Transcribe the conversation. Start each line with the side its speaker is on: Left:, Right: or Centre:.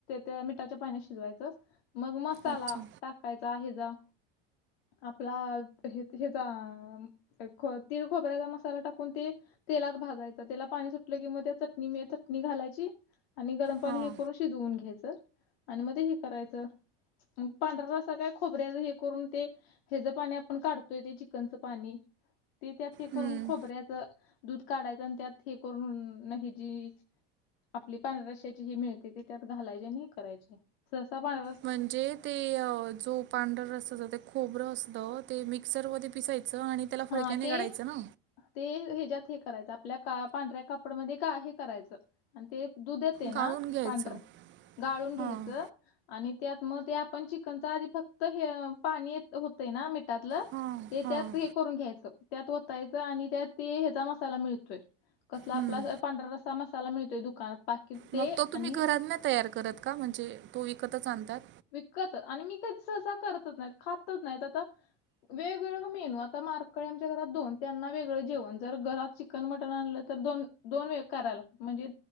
Left: त्या मिठाच्या पाण्यात शिजवायचं. मग, मसाला
Right: अच्छा
Left: टाक <unintelligible> कायचा हेचा आपला हे हेचा खो तीळ, खोबऱ्याचा मसाला टाकून. ती. तेलात भाजायच त्याला पाणी सुटलं की मग, त्या चट चटणी घालायची आणि गरम पाणी
Right: हां
Left: हे करून शिजवूनन घ्यायचं आणि म ते हे करायचं. पांढरा रस्सा काय खोबऱ्याच हे करून ते हेजं पाणी आपण काढतोय ते चिकनचं पाणी, ते त्यात हे
Right: हम्म.
Left: करून खोबऱ्यात ते दूध काढायचं त्यात हे. करून न ही. जी. आपली. पांढऱ्या रस्त्याची ही मिळते, ती त्यात घालायची आणि ही करायची. ससा पाळ
Right: म्हणजे ते अ जो पांढरं रसाच ते खोबरं असतं. ते मिक्सरमध्ये पिसायचं आणि. त्याला फडक्याने
Left: हा ते
Right: काढायचं ना
Left: ते हेज्यात हे करायचं. आपल्या का पांढऱ्या कापडमध्ये का हे करायचं. आणि ते दूध येतंय ना,
Right: गाळून घ्यायचं
Left: पांढर गाळून घ्यायचं.
Right: हां
Left: आणि त्यात मग, ते आपण चिकनचा आधी, फक्त हे पाणी येत होत. ते ना मिठातलं
Right: हां
Left: ते
Right: हां
Left: त्यात करून घ्यायचं. त्यात वतायचं आणि त्यात ते हेचा मसाला मिळतोय, कसला
Right: हम्म.
Left: आपला पांढरा रस्सा मसाला मिळतोय दुकानात. पाकिट ते
Right: मग तो
Left: आणि
Right: तुम्ही घरात नाही तयार करत का? म्हणजे तो विकतच आणतात.
Left: विकत आणि मी कधी सहसा करतच नाहीत, खातच नाहीत. आता वेगवेगळे मेनू. आता मारकळी आमच्या घरात दोन, त्यांना वेगळं जेवण. जर घरात शिक चिकन, मटन आणलं तर दोन दोन वेळ कराय लागतं म्हणजे